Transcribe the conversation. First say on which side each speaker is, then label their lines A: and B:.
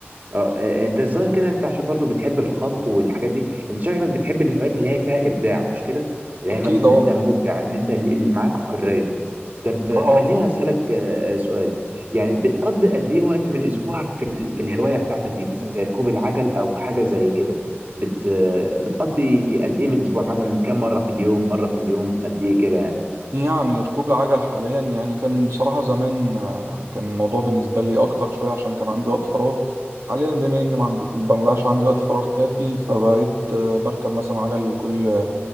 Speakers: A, on the right; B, on the right.
A: اه آه، انت الظاهر كده انت عشان برضو بتحب الخط والحاجات دي انت شكلك بتحب الهوايات اللي هي فيها ابداع مش كده اللي هي
B: أكيد
A: مثلا
B: أه
A: ان انت مبدع ان انت ال- ال- معاك حرية طب
B: بصراحة
A: آه، خليني اسالك آه، آه، سؤال يعني بتقضي قد ايه وقت من اسبوعك في ال... في الهواية بتاعتك دي مثلا زي ركوب العجل او حاجة زي كده بت... آه، بتقضي قد ايه من اسبوعك مثلا كم مرة في اليوم مرة في اليوم قد ايه كده يعني
B: يعني ركوب العجل حاليا يعني كان بصراحة زمان آه، كان الموضوع بالنسبة لي أكتر شوية عشان كان عندي وقت فراغ حاليا بما إن ما عندك ما بقاش عندي وقت فراغ كافي فبقيت آه، بركب مثلا عجل كل